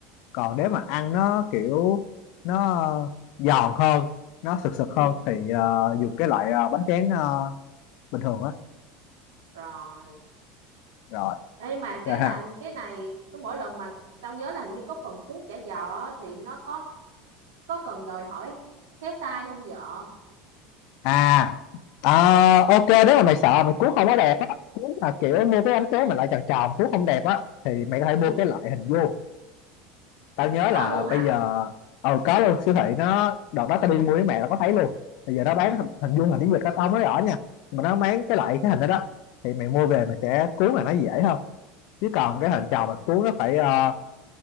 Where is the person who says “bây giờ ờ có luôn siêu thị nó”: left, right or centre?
Left